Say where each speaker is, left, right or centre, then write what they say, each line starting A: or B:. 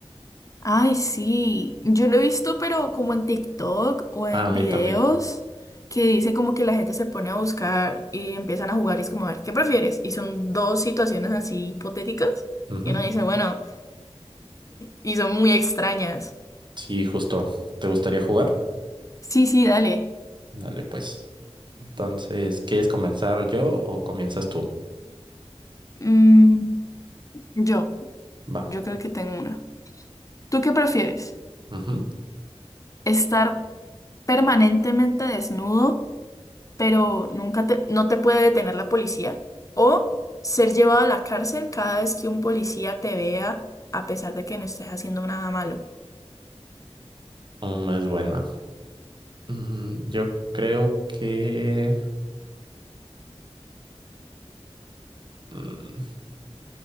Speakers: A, on the left (about 30°); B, on the right (about 45°).
A: Ay, sí, yo lo he visto, pero como en TikTok o en
B: Ah, a mí
A: videos
B: también.
A: que dicen como que la gente se pone a buscar y empiezan a jugar y es como, a ver, ¿qué prefieres? Y son dos situaciones así hipotéticas
B: Ujú.
A: y uno dice, bueno, y son muy extrañas.
B: Sí, justo. ¿Te gustaría jugar?
A: Sí, sí, dale.
B: Dale, pues. Entonces, ¿quieres comenzar yo o comienzas tú?
A: Mm, yo,
B: Va.
A: yo creo que tengo una. ¿Tú qué prefieres?
B: Ujú.
A: ¿Estar permanentemente desnudo? pero nunca te, no te puede detener la policía. O ser llevado a la cárcel cada vez que un policía te vea, a pesar de que no estés haciendo nada malo.
B: Mm, es buena. Mm, yo creo que... mm,